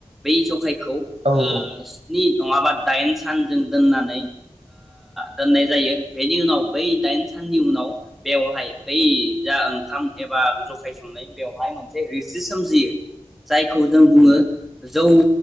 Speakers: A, in the centre; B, on the right.
A: बै जखायखौ
B: औ औ औ
A: स्नि नङाबा दाइन सानजों दोननानै दोननाय जायो बेनि उनाव बै दाइन साननि उनाव बेवहाय बै जा ओंखाम एबा जखाय संनाय बेवहाय मोनसे रिसि सोमजियो जायखौ जों बुङो जौ